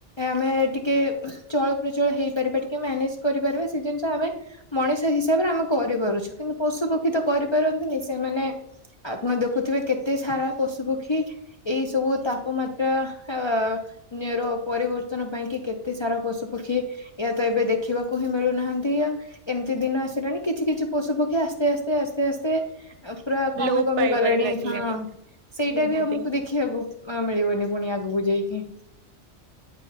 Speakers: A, on the left (about 35°); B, on the right (about 75°).
A: ଆମେ ଟିକେ ଚଳପ୍ରଚଳ ହେଇପାରିବା ଟିକେ ମ୍ୟାନେଜ କରିପାରିବା ସେ ଜିନିଷ ଆମେ ମଣିଷ ହିସାବରେ ଆମେ କରିପାରୁଛୁ, କିନ୍ତୁ ପଶୁପକ୍ଷୀ ତ କରିପାରନ୍ତିନି ସେମାନେ ଆପଣ ଦେଖୁଥିବେ କେତେ ସାରା ପଶୁପକ୍ଷୀ ଏଇ ସବୁ ତାପମାତ୍ରା ଅ ର ପରିବର୍ତ୍ତନ ପାଇଁ କି କେତେ ସାରା ପଶୁ ପକ୍ଷୀ ୟା ତ ଏବେ ଦେଖିବାକୁ ହିଁ ମିଳୁନାହାନ୍ତି। ଏମିତି ଦିନ ଆସିଲାଣି କିଛି କିଛି ପଶୁପକ୍ଷୀ ଆସ୍ତେ ଆସ୍ତେ ଆସ୍ତେ ଆସ୍ତେ ଆଉ ପୁରା କମି
B: ଲୋପ
A: କମି
B: ପାଇବାରେ
A: ଗଲାଣି।
B: ଲାଗିଲେଣି
A: ହଁ ସେଇଟା
B: ନିହାତି।
A: ବି ଆ କୁ ଦେଖିବାକୁ ମିଳିବନି ପୁଣି ଆଗକୁ ଯାଇକି।